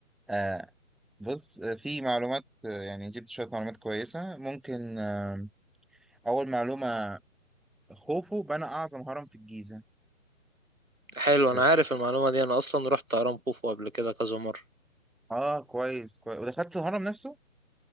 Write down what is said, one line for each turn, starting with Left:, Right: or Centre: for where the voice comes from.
Centre: آه بص آه، في معلومات آه، يعني جبت شوية معلومات كويسة ممكن آه اول معلومة خوفو بنى اعظم هرم في الجيزة
Right: حلو
Centre: اه
Right: انا عارف المعلومة دي انا اصلا رحت هرم خوفو قبل كده كذا مرة
Centre: آه، كويس كويس ودخلت الهرم نفسه